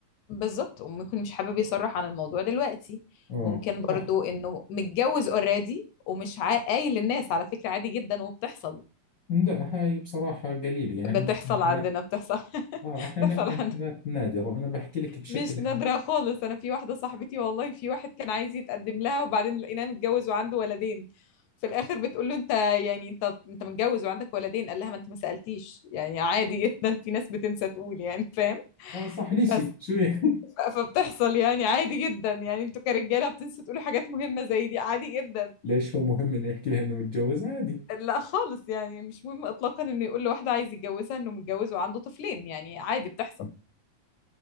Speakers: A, on the left; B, on the left.
A: بالظبط وممكن مش حابب يصرح عن الموضوع دلوقتي
B: آه
A: ممكن
B: صح
A: برضو انه متجوز اوريدي ومش عا- قايل للناس على فكره عادي جدا وبتحصل
B: لا هاي بصراحة قليلة يعني
A: بتحصل
B: احنا بنحكي عن حالات
A: عندنا بتحصل <laughs>
B: اه احنا
A: بتحصل
B: بنحكي عن
A: عندنا
B: حالات نادرة انا بحكي لك بشكل
A: مش
B: عام
A: نادرة خالص أنا في واحدة صاحبتي والله في واحد كان عايز يتقدم لها وبعدين لقيناه متجوز وعنده ولدين في الآخر بتقول له أنت يعني أنت أنت متجوز وعندك ولدين قال لها ما أنت ما سألتيش يعني عادي جدا في ناس بتنسى تقول يعني فاهم
B: اه صح نسي
A: بس
B: شو يعني <laughs>
A: ف- فبتحصل يعني عادي جدا يعني أنتوا كرجالة بتنسوا تقولوا حاجات مهمة زي دي عادي جدا
B: ليش هو مهم انه يحكي لها انه متجوز عادي
A: لا خالص يعني مش مهم إطلاقا إنه يقول لواحدة عايز يتجوزها إنه متجوز وعنده طفلين يعني عادي بتحصل
B: <laughs>